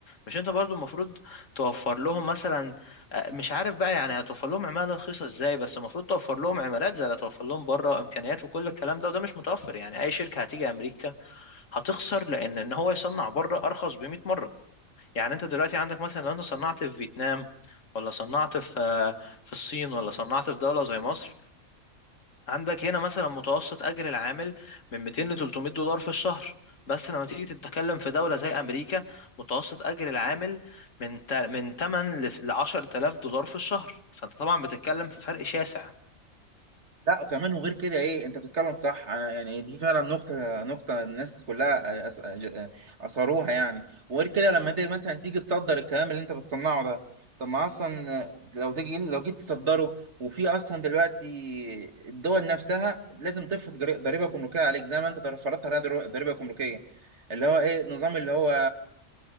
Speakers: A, on the left; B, on the right.
A: مش انت برضو المفروض توفر لهم مثلا آه، مش عارف بقى يعني هتوفر لهم عمالة رخيصة ازاي بس المفروض توفر لهم عمالات زي اللي هتوفر لهم بره امكانيات وكل الكلام ده وده مش متوفر يعني اي شركة هتيجي امريكا هتخسر لان ان هو يصنع بره ارخص ب 100 مرة يعني انت دلوقتي عندك مثلا لو انت صنعت في فيتنام ولا صنعت في آه، في الصين ولا صنعت في دولة زي مصر عندك هنا مثلا متوسط اجر العامل من 200 ل 300 دولار في الشهر بس لما تيجي تتكلم في دولة زي امريكا متوسط اجر العامل من تا- من 8 ل 10000 دولار في الشهر فانت طبعا بتتكلم في فرق شاسع
B: لا وكمان وغير كده ايه انت بتتكلم صح أنا يعني دي فعلا نقطة نقطة الناس كلها آه، أس- آه، ج- اثروها يعني وغير كده لما انت مثلا تيجي تصدر الكلام اللي انت بتصنعه ده طب ما اصلا آه، لو تيجي لو جيت تصدره وفي اصلا دلوقتي الدول نفسها لازم تفرض جري- ضريبة جمركية عليك زي ما انت فرضت عليها در- ضريبة جمركية اللي هو ايه نظام اللي هو